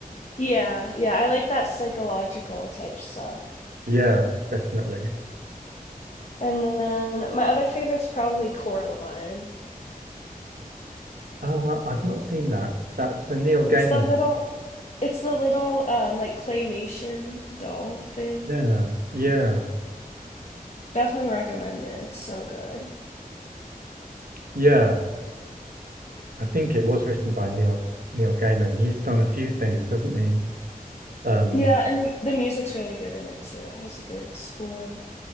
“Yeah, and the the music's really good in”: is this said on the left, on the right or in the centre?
Left